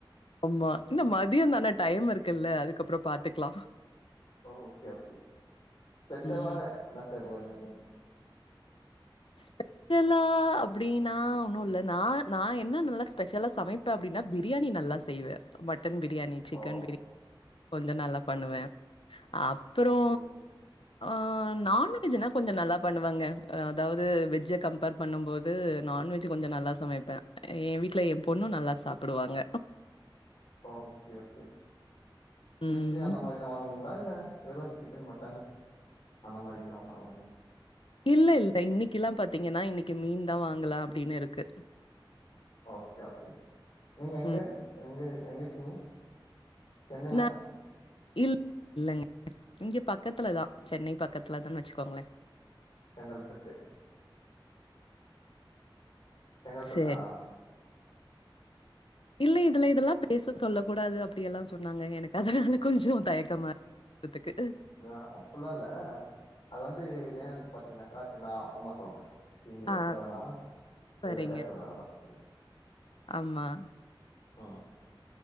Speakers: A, on the left (about 85°); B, on the left (about 70°).
A: ஆமா இன்ன மதியம் தான டைம் இருக்குல்ல அதுக்கப்புறோ பாத்துக்கலா
B: ஓகே ஓகே பெஷலா
A: ம்
B: என்ன செய்ய போறீங்க நீ <inaudible>
A: ஸ்பெஷலா அப்டீன்னா ஒன்னு இல்ல நா நா என்ன நல்லா ஸ்பெஷலா சமைப் பே அப்டீன்னா பிரியாணி நல்லா செய்வே மட்டன் பிரியாணி சிக்கன்
B: ஓ
A: பிரியாணி கொஞ்சோ நல்லா பண்ணுவே அப் புறோ
B: ஓகே
A: அ நான்வெஜ்னா கொஞ்சோ நல்லா பண்ணுவங்க அதாவது வெஜ்ஜ கம்பேர் பண்ணும் போது நான்வெஜ்ஜு கொஞ்சோ நல்லா சமைப்பே எ வீட்ல எ பொண்ணு நல்லா ச சாப்புடுவாங்க
B: ஓ ஓகே ஃபிஷ்ஷு
A: ம்
B: அந்த மாரிலா வாங்குவீங்களா இல்ல வெறு சிக்கன் மட்டன் அந்த மாரிதா ஆ
A: இல்ல இல்ல இன்னைக்கல்லா பாத்தீங்கன்னா இன்னக்கி மீன் தா வாங்கலா அப்டின்னு இருக்கு
B: ஓகே ஓகே நீங்க எங்க
A: ம்
B: எங்க எங்க இருக்கீங்க சென்னையா
A: நா இல் இல்லங்க இங்க பக்கத்துல தா சென்னை பக்கத்துல தான்னு வச்சுக்கோங்களே
B: செங்கல்பட்டு செங்கல்பட்டா
A: சேரி இல்ல இதுல இதல்லா பேச சொல்ல கூடாது அப்டியல்லா சொன்னாங்க எனக்கு அதுனால கொஞ்சோ தயக்கமா த்துக்கு
B: அ அப்பில்லா இல்ல அது வந்து ஏன்னு பாத்தீங்கன்னாக்கா அத்து நா அப்றமா சொல்றே இங்க
A: ஆ
B: இதுல வேணா
A: சரிங்க.
B: இதுல பேச வேணா <unintelligible>
A: ஆமா
B: ஆ